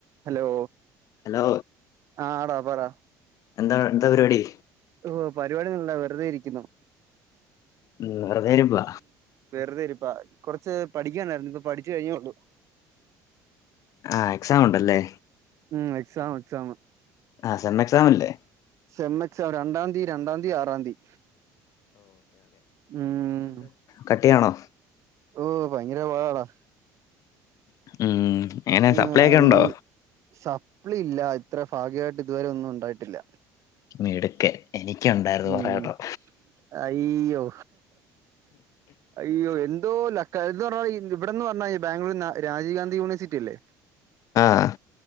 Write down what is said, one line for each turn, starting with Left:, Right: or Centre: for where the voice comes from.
Right: Hello
Left: hello
Right: ആട പറ
Left: എന്താണ് എന്താ പരിപാടി?
Right: ഓഹ് പരിപാടി ഒന്നുല്ല വെറുതെ ഇരിക്കുന്നു.
Left: ഉം വെറുതെയിരുപ്പാ
Right: വെറുതെരി ഇപ്പ കൊറച്ച് പഠിക്കണ്ടായിരുന്നു ഇപ്പ പഠിച്ചു കഴിഞ്ഞേ ഉള്ളു.
Left: ആ എക്സാം ഉണ്ടല്ലേ
Right: ഉം എക്സാം എക്സാം
Left: ആ സെമ്മെ എക്സാം അല്ലേ?
Right: സെമ്മക്സാം രണ്ടാന്തീം രണ്ടാന്തീം ആറാന്തീം ഉം
Left: കട്ട് ചെയ്യാണോ
Right: ഓ ഭയങ്കര പാടാ
Left: ഉം എങ്ങനെ
Right: ആ
Left: സപ്ലൈ ഒക്കെ ഉണ്ടോ
Right: ഈ സപ്ലി ഇല്ല ഇത്ര ഭാഗ്യമായിട്ട് ഇതുവരെ ഒന്നും ഉണ്ടായിട്ടില്ല
Left: മീടുക്കൻ എനിക്കുണ്ടായിരുന്നു
Right: ഉം
Left: കൊറെ കേട്ടോ
Right: അയ്യോ അയ്യോ എന്ത് എന്തോ ലക്ക് ഇത് പറഞ്ഞാൽ ഇവിടെന്ന് പറഞ്ഞാൽ ബാംഗ്ലൂർ രാജീവ് ഗാന്ധി യൂണേഴ്സിറ്റി ഇല്ലേ
Left: ആഹ്